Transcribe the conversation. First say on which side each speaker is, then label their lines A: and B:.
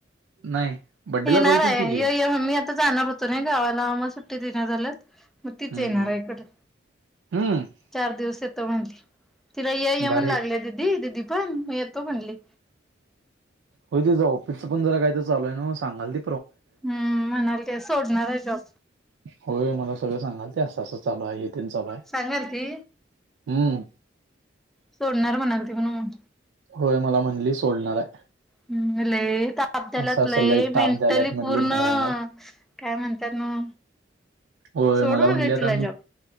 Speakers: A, on the right; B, in the centre.
A: नाही बड्डेला
B: येणार
A: कॉल
B: आहे
A: केली ती की
B: य मम्मी आता जाणार होतो नाय गावाला म सुट्टी दीना झालेत मग तीच
A: हम्म
B: येणार
A: हम्म
B: आहे ईकडं
A: हम्म
B: चार दिवस येतो म्हणली तिला ये या
A: भारी
B: म्हणू लागले दिदी, दिदी पण म येतो म्हणली
A: हो तिज, ऑफिसचं पण जरा काय तर चालूय हाय ना सांगालती
B: हम्म म्हणाल ती सोडणार आहे जॉब
A: होय मला सगळं सांगाल ती असं असं चालू आहे तेन चालू आहे
B: सांगाल ती
A: हम्म
B: सोडणार म्हणाल ती म्हणून
A: होय मला म्हणली सोडणार आहे
B: हम्म लय आपत्यायाला
A: असं असं
B: लय
A: लई ताप
B: मेंटली
A: द्यायलात म्हणली
B: पूर्ण
A: भयानक
B: काय म्हणतात ना
A: हो
B: सोड
A: मला म्हणले आता
B: तिला जॉब